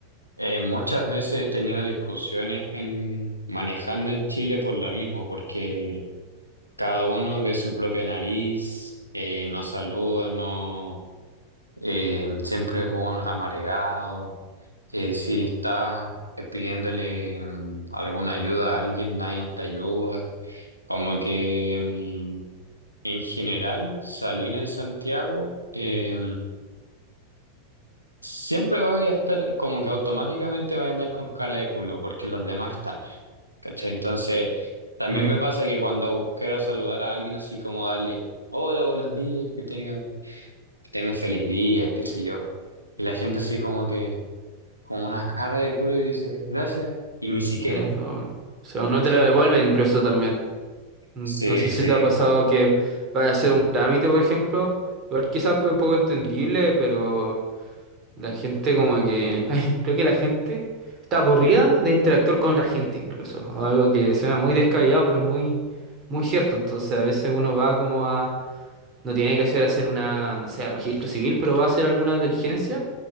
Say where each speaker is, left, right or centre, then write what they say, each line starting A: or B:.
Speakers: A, on the right; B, on the right.
A: eh, muchas veces he tenido discusiones en, manejando en Chile por lo mismo, porque cada uno ve su propia nariz, eh, no saluda, no, eh, siempre como amargado. Eh, si estás eh, pidiéndole mm, alguna ayuda a alguien, nadie te ayuda. Como que mm, en general salir en Santiago eh, siempre vaya a estar como que automáticamente vaya a andar con cara de culo porque los demás están. ¿Cachai? Entonces también
B: Mm,
A: me pasa que cuando quiero saludar a alguien así como darle hola, buenos días, que tenga, que tenga un feliz día, qué sé yo. Y la gente así como que... con una cara de culo y dice, gracias, y ni siquiera,
B: sí, lo- o sea, o no
A: ¿cachai?
B: te lo devuelven incluso también. Mm,
A: Sí,
B: No sé si
A: sí.
B: te ha pasado que vayas a hacer un trámite, por ejemplo. Igual quizás fue un poco entendible, pero La gente como que... <laughs> Creo que la gente está aburrida de interactuar con otra gente incluso. Algo que suena muy descabellado, pero es muy, muy cierto. Entonces a veces uno va como a... No tiene que hacer hacer una, no sé, registro civil, pero va a hacer alguna diligencia.